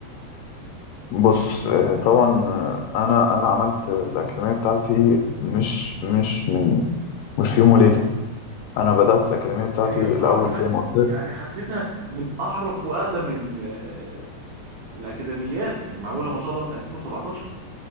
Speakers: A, on the left; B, on the right.
A: بص آه، طبعا آه، أنا أنا عملت الأكاديمية بتاعتي مش مش من مش في يوم وليلة أنا بدأت الأكاديمية بتاعتي
B: هي بصراحه
A: الأول
B: كمان
A: زي ما قلت
B: يعني حسيتها من اعرق واقدم ال- آه، الاكاديميات يعني معموله ما شاء الله من 2017